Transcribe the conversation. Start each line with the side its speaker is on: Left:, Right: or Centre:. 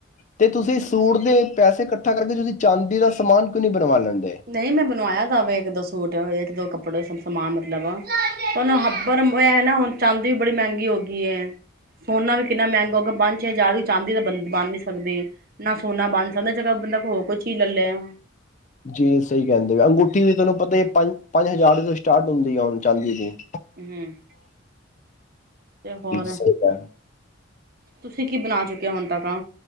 Left: ਤੇ ਤੁਸੀਂ ਸੂਟ ਦੇ ਪੈਸੇ ਇਕੱਠਾ ਕਰਕੇ ਤੁਸੀਂ ਚਾਂਦੀ ਦਾ ਸਮਾਨ ਕਿਉਂ ਨੀ ਬਣਵਾ ਲੈਂਦੇ
Right: ਨਹੀਂ ਮੈਂ ਬਣਵਾਇਆ ਤਾਂਵੇ ਇੱਕ ਦੋ ਸੂਟ ਇੱਕ ਦੋ ਕੱਪੜੇ ਬੜੇ ਸਬ ਸਮਾਨ ਮਤਲਬ ਤੁਨੂੰ ਹੱਬਰ ਇਹ ਨਾ ਹੁਣ ਚਾਂਦੀ ਵੀ ਬੜੀ ਮਹਿੰਗੀ ਹੋ ਗਈ ਏ ਸੋਨਾ ਵੀ ਕਿੰਨਾ ਮਹਿੰਗਾ ਹੋਗਾ ਪੰਜ ਛੇ ਹਜ਼ਾਰ ਵੀ ਚਾਂਦੀ ਤਾਂ ਬੰ ਬਣ ਨੀ ਸਕਦੀ ਨਾ ਸੋਨਾ ਬਣ ਸਕਦਾ ਜ ਬੰਦਾ ਕੋ ਹੋਰ ਕੋਈ ਚੀਜ਼ ਲੈ ਲਿਆ
Left: ਜੀ ਸਹੀ ਕਹਿੰਦੇ ਵੀ ਅੰਗੂਠੀ ਵੀ ਤੁਹਾਨੂੰ ਪਤਾ ਪੰਜ ਪੰਜ ਹਜ਼ਾਰ ਤੋਂ ਸਟਾਰਟ ਹੁੰਦੀ ਆ ਹੁਣ ਚਾਂਦੀ ਦੀ
Right: ਹਮ। ਤੇ ਹੋਰ
Left: ਸਹੀ <unintelligible>
Right: ਤੁਸੀਂ ਕੀ ਬਣਾ ਚੁੱਕਿਆ ਹੁਣ ਤੱਕ ਆ